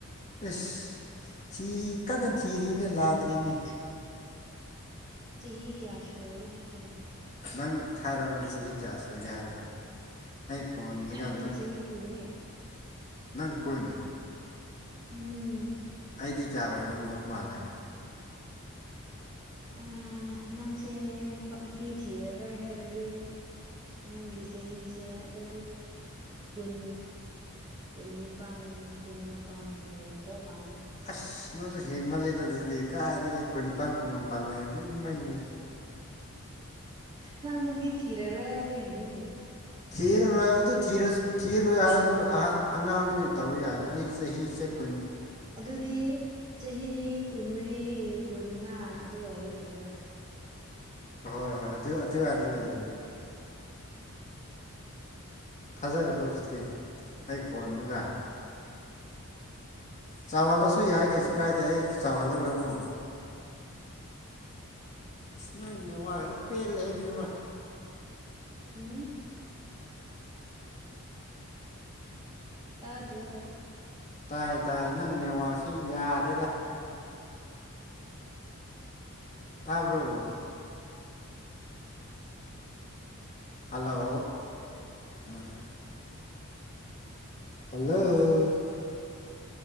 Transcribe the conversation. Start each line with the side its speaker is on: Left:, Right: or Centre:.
Left: ꯏꯁ ꯊꯤ ꯀꯟꯅ ꯊꯤꯔꯤꯅꯦ ꯂꯥꯛꯇ꯭ꯔꯤꯅꯦ
Right: ꯆꯍꯤ ꯀꯌꯥ ꯁꯨꯔꯒꯦ ꯍꯥꯏꯁꯤꯕꯣ
Left: ꯅꯪ ꯍꯥꯏꯔꯛꯑꯣꯅꯦ ꯆꯍꯤ ꯀꯌꯥ ꯁꯣꯏꯒꯦ ꯍꯥꯏꯕꯗꯣ ꯑꯩ ꯈꯣꯟꯗꯒ
Right: ꯑ
Left: ꯅꯪ
Right: ꯆꯍꯤ ꯈꯨꯅꯦ
Left: ꯅꯪ ꯀꯨꯟ
Right: ꯎꯝ
Left: ꯆꯦꯗꯤꯤ ꯆꯥ ꯑꯣꯏꯔꯝꯗꯧ ꯃꯥꯜꯂꯦ
Right: ꯑ ꯅꯪꯁꯦ ꯅꯨꯄꯤ ꯊꯤꯔꯔꯣꯏ ꯍꯥꯏꯔꯗꯤ ꯅꯪꯒꯤ ꯆꯍꯤꯁꯦ ꯑꯗꯨꯝ ꯀꯨꯟ ꯀꯨꯟ ꯅꯤꯄꯥꯜ ꯀꯨꯟ ꯃꯥꯄꯜ ꯂꯩꯔꯝꯗꯧ ꯃꯥꯜꯂꯦ
Left: ꯑꯁ ꯅꯪꯁꯨ ꯍꯦ ꯃꯜꯂꯗꯗꯗꯤ ꯀꯥꯔꯒꯦ ꯀꯨꯟꯅꯤꯄꯥꯟ ꯀꯨꯕ ꯄꯥꯜꯂ ꯑꯗꯨꯗꯤ ꯃꯩ ꯃꯩ
Right: ꯅꯪ ꯅꯨꯗꯤ ꯊꯤꯔꯔꯣꯏ ꯍꯥꯏꯕꯒꯤꯅꯤꯅꯦ
Left: ꯊꯤꯔꯔꯣꯏ ꯑꯗꯨ ꯊꯤꯔꯣꯏ ꯍꯥꯏꯔꯁꯨ ꯑꯉꯥꯡꯗꯨ ꯇꯧ ꯌꯥꯏꯅ ꯑꯩ ꯆꯍꯤ ꯆ ꯀꯟ
Right: ꯑꯗꯨꯗꯤ ꯆꯍꯤ ꯀꯨꯟꯃꯔꯤ ꯀꯨꯟꯃꯉꯥ ꯑꯗꯨꯋꯥꯏꯗ ꯂꯩꯕ꯭ꯔꯥ
Left: ꯍꯍꯣꯏ ꯍꯣꯏ ꯑꯗꯨ ꯑꯗꯨꯋꯥꯏꯗ ꯂꯩꯌꯦ ꯊꯥꯖꯔꯕ ꯍꯧꯖꯤꯛꯇꯤ ꯑꯩ ꯈꯣꯟꯗꯨꯒ ꯆꯥꯎꯍꯜꯂꯁꯨ ꯌꯥꯏ ꯀꯩꯁꯨ ꯀꯥꯏꯗꯦ ꯑꯩ ꯆꯥꯎꯍꯜꯂꯨꯔꯃꯨ ꯅꯪꯅꯦ ꯋꯥ ꯍ ꯄꯦꯜꯂꯦꯍꯦꯕꯃꯥ
Right: ꯎꯝ ꯇꯗ꯭ꯔꯣ
Left: ꯇꯥꯏ ꯇꯥꯏ ꯅꯪ ꯅꯦꯋꯥꯁꯤ ꯌꯥꯗꯦꯔ ꯇꯥꯕ꯭ꯔꯣ ꯍꯜꯂꯣ ꯃꯔꯔ ꯍꯜꯂꯣ